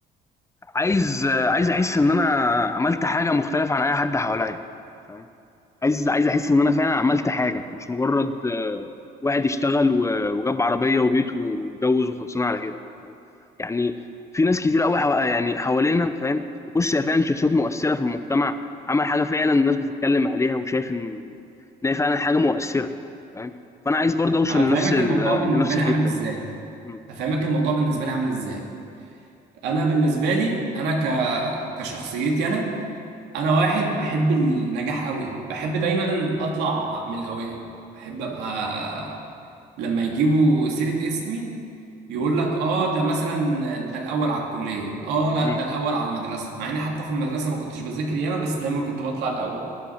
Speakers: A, on the left; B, on the right.
A: عايز عايز أحس إن أنا عملت حاجة مختلفة عن أي حد حواليّا، فاهم؟ عايز عايز أحس إن أنا فعلًا عملت حاجة، مش مجرد آه، واحد اشتغل و وجاب عربية وبيت واتجوز وخلصنا على كده، فاهم؟ يعني في ناس كتير أوي حوا يعني حوالينا فاهم، تبُص هي فعلًا شخصيات مؤثرة في المجتمع، عمل حاجة فعلًا الناس بتتكلم عليها وشايف إن إن هي فعلًا حاجة مؤثرة، فاهم؟ فأنا عايز برضه أوصل
B: انا
A: لنفس
B: هفهمك
A: ال
B: الموضوع بالنسبة
A: لنفس
B: لي
A: الحتة
B: عامل ازاي
A: دي. إمم،
B: هفهمك الموضوع بالنسبة لي عامل ازاي انا بالنسبة لي انا ك... كشخصيتي انا انا واحد بحب النجاح قوي بحب دايما اطلع من الاوائل بحب ابقى لما يجيبوا سيرة اسمي يقول لك اه ده مثلا ده الاول على الكلية اه لا
A: إمم،
B: ده الاول على المدرسة مع اني حتى في المدرسة ما كنتش بذاكر ياما بس دايما كنت بطلع الاول